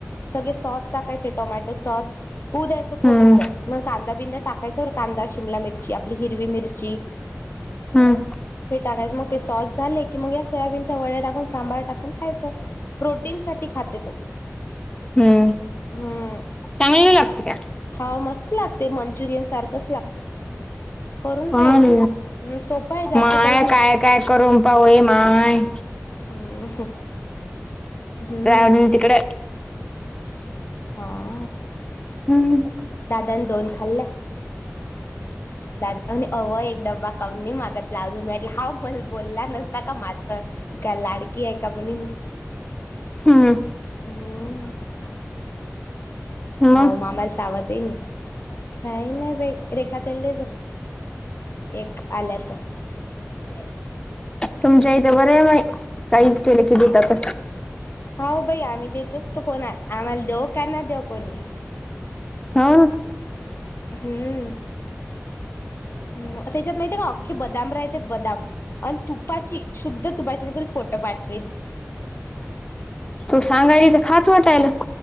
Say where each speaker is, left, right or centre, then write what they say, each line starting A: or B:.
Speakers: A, on the left (about 50°); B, on the left (about 20°).
A: सगळे सॉस टाकायचे टोमॅटो सॉस. होऊ द्यायच थोडसं
B: हम्म
A: मग कांदा बिंदा टाक. टाकायच्या व कांदा शिमला मिरची आपली हिरवी मिरची
B: हम्म
A: हे टाकायचं मग. ते सॉस झाले की मग या सोयाबीनच्या वड्या टाकून सांबार टाकून खायचं. प्रोटीन साठी खाते तो.
B: हम्म.
A: हम्म.
B: चांगला लागत का.
A: हाव मस्त लागते मंचुरियन सारखंच लागते करून
B: पण
A: पाहिजो ना. सोपं आहे जास्त
B: माय
A: काहीच नाही
B: काय काय करून पाहू ये माय.
A: हम्म. हम्म.
B: राहू दे ना तिकडे.
A: हा.
B: हम् ह.
A: दादनी दोन खाल्ले दादा अव एकदाबा. कानी मागतला अजून मीटलं हाव मण बोलला नसता का माझ. तू काय लाडकी आहे का म्हणेन.
B: हम्म.
A: हम् हा
B: मग
A: मामा आवाज. ते काही नाही बाई रेखा तेल दे जा. एक आल्याचं. इकडे.
B: तुमच्या याच्या बर काही केले की
A: हा.
B: देतात.
A: हो भाई आम्ही देतोच तो कोणा आम्हाला देऊ का ना देऊ कोणी.
B: हाव ना.
A: हम्म. म त्याच्यात माहितीय का अख्खे बदाम राहते बदाम. आणि तुपाची शुद्ध तुपाची मी तर फोटो पाठवेल.
B: तू सांगाय र तर खाच वाटायला.